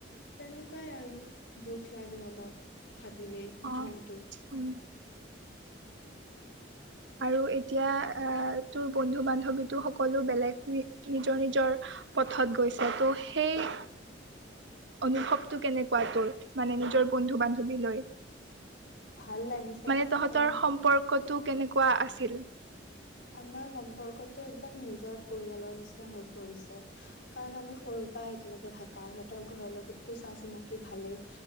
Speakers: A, on the left; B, on the right.
A: তেনেকুৱাই আৰু দুখ লাগে অলপ ভাবিলেই
B: অ
A: মনটো
B: উম আৰু এতিয়া আ তোৰ বন্ধু বান্ধৱীতো সকলো বেলেগ নিজৰ নিজৰ পথত গৈছে ত' সেই অনুভৱটো কেনেকুৱা তোৰ মানে নিজৰ বন্ধু বান্ধৱীলৈ
A: ভাল লাগিছে
B: মানে তহঁতৰ
A: কাৰণ
B: সম্পৰ্কটো কেনেকুৱা আছিল
A: আমাৰ সম্পৰ্কটো একদম নিজৰ পৰিয়ালৰ নিচিনা হৈ পৰিছে কাৰণ আমি সৰুৰ পৰাই একেলগে থাকা সিহঁতৰ ঘৰৰ লগতো চাহ চিনাকি ভালেই